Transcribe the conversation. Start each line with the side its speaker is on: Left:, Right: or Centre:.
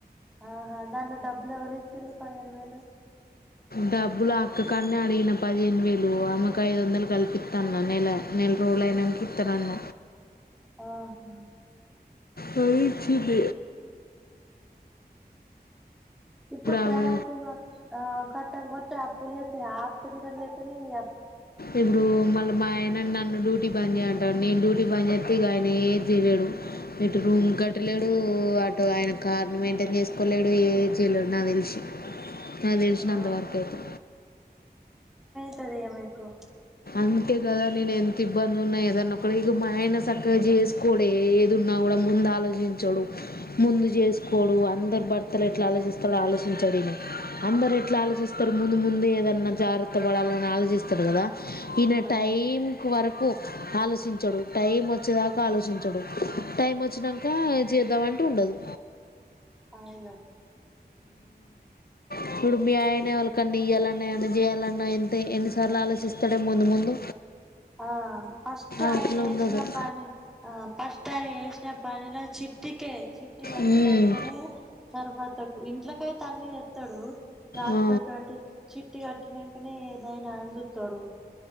Centre: ఆహా దాంట్లో డబ్బులు ఎవరు ఇచ్చింది పదిహేను వేలు
Left: డబ్బులు అక్క కానే అడిగిన పదిహేను వేలు అమ్మకు ఐదు వందలు కల్పిస్తా అన్న నెల నెల రోజులు అయనానికి ఇస్తానున్న
Centre: ఆహా
Left: రైజింది
Centre: ఇప్పుడు
Left: ఆమె
Centre: టైమ్ కూడా ఆ కట్టకపోతే అప్పు చేస్తే ఆ అప్పు తీరలే తున్నాయి.
Left: ఇప్పుడు మళ్ళీ మా అయానన్న డ్యూటీ పని చేయంటాను నేను డ్యూటీ పని చేస్తే ఆయన ఏది చేయలేడు ఇటు రూమ్ కట్టలేడు అటు ఆయన కార్ను మెయింటైన్ చేసుకోలేడు ఏ చేయలేడు నాకు తెలిసి నాకు తెలిసిన
Centre: ఆ
Left: అంతవరకు అయితే
Centre: తులయ అమకు
Left: అంతే కదా నేను ఎంత ఇబ్బంది ఉన్నా ఏదన్నా ఒక ఇక మా ఆయన సక్కగా చేసుకోడు ఏది ఉన్నా కూడా ముందు ఆలోచించడు ముందు చేసుకోడు అందరు భర్తలు ఎట్లా ఆలోచిస్తాడ ఆలోచించడు ఈన అందరు ఎట్లా ఆలోచిస్తారు ముందు ముందు ఏదన్నా జాగ్రత్త పడాలని ఆలోచిస్తారు కదా ఈన
Centre: ఆ
Left: టైం వరకు ఆలోచించడు టైం వచ్చేదాకా ఆలోచించడు టైం వచ్చినాక చేద్దామ అంటే ఉండదు
Centre: అయన
Left: ఇప్పుడు మీ ఆయన ఎవలికన్నా ఇయ్యాలన్నా ఏమన్నా చేయాలన్నా ఎంత ఎన్నిసార్లు ఆలోచిస్త ఇక్కడ ముందు ముందు
Centre: ఆ ఫస్ట్
Left: అట్లా
Centre: ఆయన
Left: ఉండదు
Centre: ఏసినప్పనే ఆ ఫస్ట్ ఆయ టే పనిలో చిట్టి కే చిట్టి కట్టినాకనే
Left: ఉమ్,
Centre: తర్వాత ఇంట్లోకైతే అన్ని ఎత్తాడు దశిపెడ్తంటి
Left: ఆ,
Centre: చిట్టి కట్టిన అనే ఏదైనా అని చూతోడు